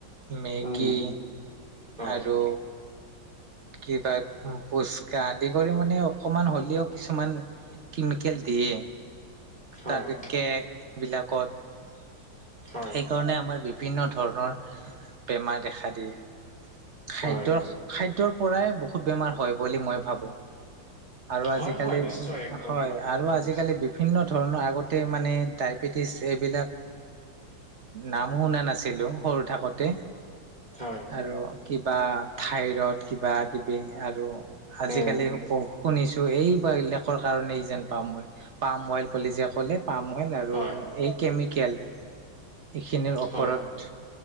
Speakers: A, on the right; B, on the right.
A: মেগী
B: উম হয়
A: আৰু কিবা পুস্কা আদি কৰি মানে অকমান হ'লেও কিছুমান কেমিকেল দিয়ে,
B: হয়
A: তাৰ পা কেক এইবিলাকত।
B: হয়
A: সেইকাৰণে আমাৰ বিভিন্ন ধৰণৰ বেমাৰ দেখা দিয়ে। খাদ্য,
B: হয়
A: খাদ্যৰ পৰাই বহুত বেমাৰ হয় বুলি মই ভাবো। আৰু
B: হয়
A: আজিকালি
B: হয় নিশ্চয় একদম
A: হয়,
B: সঠিক
A: আৰু
B: কথা
A: আজিকালি
B: কৈছে
A: বিভিন্ন ধৰণৰ আগত তে মানে ডায়বেটিছ এইবিলাক নামো শুনা নাছিলো সৰু থাকোতে।
B: হয়
A: আৰু কিবা থাইৰড্ কিবা কিবি আৰু আজিকালি
B: উম
A: বহুত শুনিছোঁ এই বিলাকৰ কাৰণে যেন পাওঁ মই। পাম অইল বুলি যে ক'লে পামইল আৰু।
B: হয়
A: এই কেমিকেল
B: <inaudible>
A: এইখিনিৰ ওপৰত
B: হয়